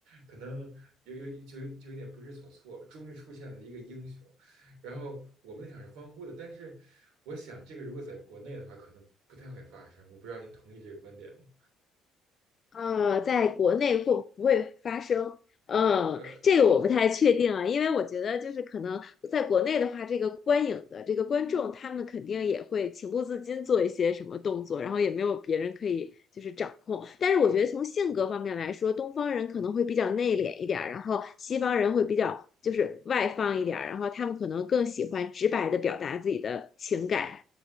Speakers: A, on the right (about 65°); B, on the left (about 45°).
A: 可能有有就就有点不知所措，终于出现了一个英雄，然后我们那场是欢呼的，但是我想这个如果在国内的话，可能不太会发生，我不知道您同意这个观点吗？
B: 呃，在国内会不会发生？嗯，
A: 呃，
B: 这个我不太确定啊，因为我觉得就是可能在国内的话，这个观影的这个观众，他们肯定也会情不自禁做一些什么动作，然后也没有别人可以就是掌控。但是我觉得从性格方面来说，东方人可能会比较内敛一点儿，然后西方人会比较就是外放一点儿，然后他们可能更喜欢直白的表达自己的情感，